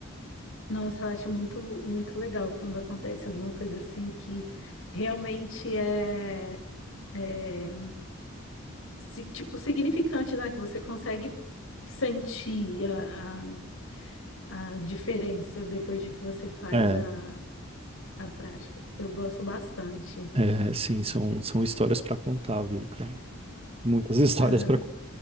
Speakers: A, on the left; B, on the right.
A: Nossa, eu acho muito, muito legal quando acontece alguma coisa assim que realmente é, é, si- tipo, significante, né? Que você consegue sentir a, a, a diferença depois de que você faz
B: É,
A: a, a prática. Eu gosto bastante.
B: é, sim, são, são histórias para contar, viu, cara? Muitas histórias
A: Aham.
B: pra,